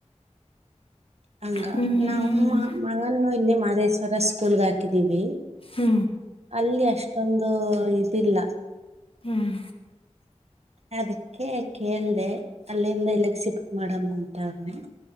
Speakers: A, on the right (about 60°); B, on the left (about 50°).
A: ಹಂಗ
B: ಹ್ಮ್
A: ನಮ್ಮ ಮಗನ್ನು ಇಲ್ಲಿ ಮಹದೇಶ್ವರ ಸ್ಕೂಲ್ಗೆ ಹಾಕಿದೀವಿ.
B: ಹ್ಮ
A: ಅಲ್ಲಿ ಅಷ್ಟೊಂದು ಇದಿಲ್ಲ
B: ಹ್ಮ್
A: ಅದಕ್ಕೆ ಕೇಳ್ದ ಅಲ್ಲಿಂದ ಇಲ್ಲೇ ಶಿಫ್ಟ್ ಮಾಡಮ್ಮ ಉಂಟ ಅವ್ರನ.